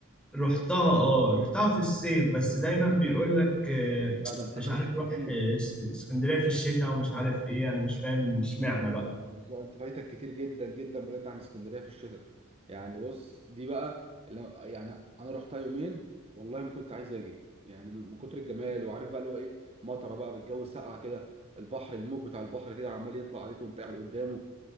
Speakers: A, in the centre; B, on the right.
A: رحتها اه رحتها في الصيف
B: السفر
A: بس
B: والشتاء
A: دايما بيقول لك آه،
B: لا ده انت
A: مش
B: فايتك
A: عارف
B: كتير
A: روح آه، اس- اسكندرية في الشتاء ومش عارف ايه أنا مش فاهم اشمعنى بقى
B: بالظبط انت فايتك كتير جدا جدا بجد عن اسكندريه في الشتاء يعني بص دي بقى اللي يعني انا رحتها يومين والله ما كنت عايز اجي يعني من من كتر الجمال وعارف بقى اللي هو ايه مطره بقى بالجو ساقعه كده البحر الموج بتاع البحر كده عمال يطلع عليك وانت قاعد قدامه